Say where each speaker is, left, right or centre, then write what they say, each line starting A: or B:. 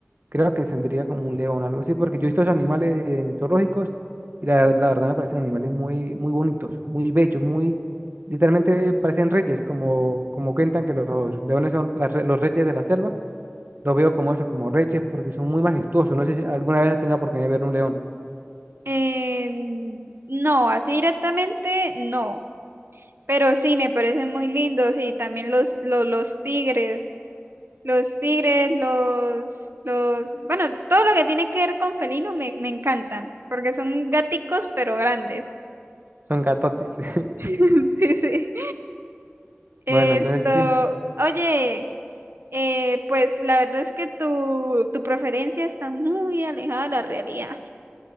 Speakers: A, on the right; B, on the right.
A: creo que tendría como un león, o algo así, porque yo he visto esos animales en zoológicos y la, la verdad me parecen animales muy, muy bonitos, muy bellos, muy, literalmente parecen reyes, como, como cuentan que los leones son las re- los reyes de la selva, los veo como eso, como reyes, porque son muy majestuosos, no sé si alguna vez has tenido la oportunidad de ver un león,
B: Eh, no, así directamente no, pero sí me parecen muy lindos y también los, los, los tigres, los tigres, los, los, bueno, todo lo que tiene que ver con felinos me, me encantan, porque son gaticos pero grandes.
A: son gatotes. <laughs>
B: <laughs> Sí, sí. Esto,
A: Bueno, entonces sí,
B: oye, eh, pues la verdad es que tu, tu preferencia está muy alejada de la realidad.